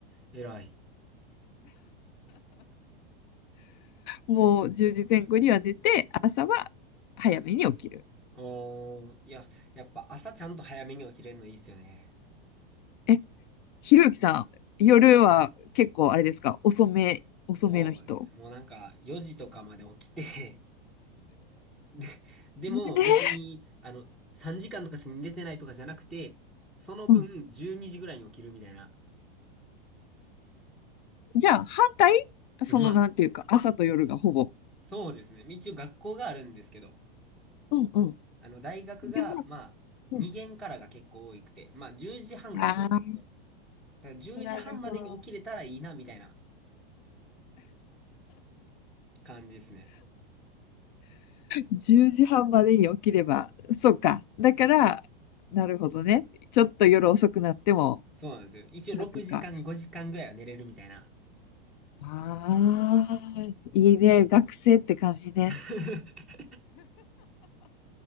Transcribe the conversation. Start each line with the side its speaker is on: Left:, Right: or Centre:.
Centre: 偉い。
Left: もう10時前後には寝て、あ早めに起きる。
Centre: おー、いや、やっぱ朝ちゃんと早めに起きれるのいいっすよね。
Left: え、ひろゆきさん、夜は結構あれですか遅め、遅めの人。
Centre: そうですね。もうなんか4時とかまで起きて <laughs> で、でも別に、
Left: えー
Centre: あの、3時間とかしか寝てないとかじゃなくて、その分12時ぐらいに起きるみたいな。
Left: うんじゃあ、反対その、
Centre: <laughs> まあ、
Left: なんていうか、朝と夜がほぼ。
Centre: そうですね。一応学校があるんですけど、
Left: うんうん。
Centre: あの、大学が、
Left: でも、
Centre: まあ、
Left: うん。
Centre: 2限からが結構多くて、まあ、10時半からなんですけど、
Left: ああ、
Centre: だから10時半までに起きれたらいいな、
Left: なるほど。
Centre: みたいな感じですね。
Left: 10時半までに起きれば、そうか。だから、なるほどね。ちょっと夜遅くなっても、
Centre: そうなんですよ。一応6時間、
Left: なんとか。
Centre: 5時間ぐらいは寝れるみたいな。
Left: ああ、いいね。学生って感じね。
Centre: <laughs>